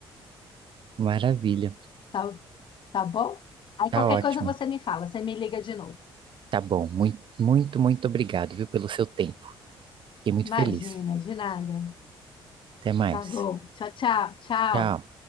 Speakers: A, on the right; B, on the left.
A: maravilha.
B: tá, tá bom? Aí
A: Tá
B: qualquer
A: ótimo.
B: coisa você me fala, você me liga de novo.
A: Tá bom. Muito, muito, muito obrigado, viu, pelo seu tempo. Fiquei muito
B: Imagina,
A: feliz.
B: de nada.
A: Até mais.
B: Tá bom. Tchau, tchau, tchau.
A: Tchau.